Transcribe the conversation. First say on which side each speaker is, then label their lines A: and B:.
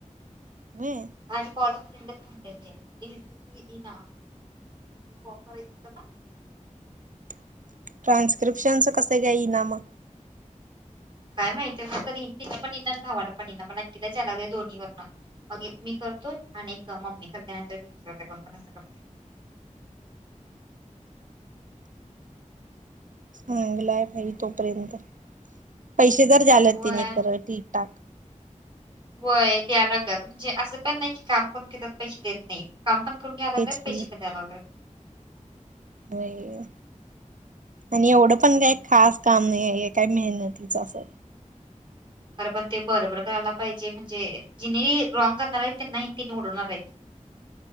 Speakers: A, on the right; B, on the right.
A: बे.
B: आणि कॉल ए फ्रेंडच म्हणतंय ते, इंग्लिश मध्ये इना ऑफर आहेत त्याला.
A: ह <inaudible> ट्रान्स्क्रिप्शनचं कसं येईना मग.
B: काय माहितीय नंतरनं तिला पण येईना भावाला पण येईना मला एकटीलाच यायलय दोन्ही वरणं. मग एक मी करतोय आणि एक मम्मी करते नंतर कोण पण असं करते.
A: चांगलंय भाई तोपर्यंत पैसे तर झाल
B: व्हय
A: तेने खरं ठीक.
B: व्हय द्या लावत्यात म्हणजे असं पण नाही की काम करून घेतात पैसे देत नाहीत. काम पण करून द्याय लागल्यात,
A: तेच की
B: पैसे पण द्याय लागल्यात.
A: होय. आणि एवढं पण काही खास काम नाहीये हे काय मेहनतीच असं.
B: खरं पण ते बरोबर करायला पाहिजे, म्हणजे जिनी रॉंग करणार आहेत त्यांनाही तिनी उडवणार आहेत.